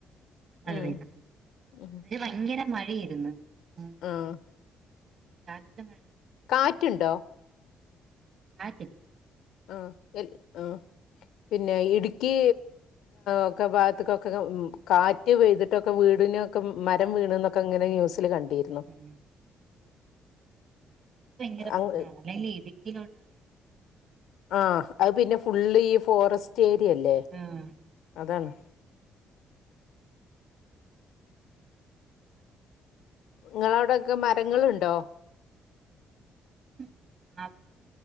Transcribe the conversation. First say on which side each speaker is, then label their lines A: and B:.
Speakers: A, on the right; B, on the left.
A: മഴ
B: ഉം
A: പെയ്ത് ഇന്ന്
B: ഉം
A: ഭയങ്കര മഴ ആയിരുന്നു. ഉം
B: ആഹ്
A: ചാറ്റൽ മഴ
B: കാറ്റുണ്ടോ
A: ആ <unintelligible>
B: ആ എ ആ പിന്നെ ഇടുക്കി ഒക്കെ ഭാഗത്തക്കൊക്കെ കാറ്റ് പെയ്തിട്ടൊക്കെ വീടിന് മരം വീണ് എന്നൊക്കെങ്ങന ന്യൂസിൽ കണ്ടിന്
A: ഉം <inaudible> ഭയങ്കര പ്രശ്നമാണ്
B: അങ്ങ്
A: അല്ലെങ്കി ഇടുക്കിയിലോട്ട്
B: ആ അത് പിന്നെ ഫുള്ള് ഈ ഫോറസ്റ്റ് ഏരിയയല്ലേ
A: ഉം
B: അതാണ്. നിങ്ങളവിടെയൊക്കെ മരങ്ങളുണ്ടോ
A: ഉം മാ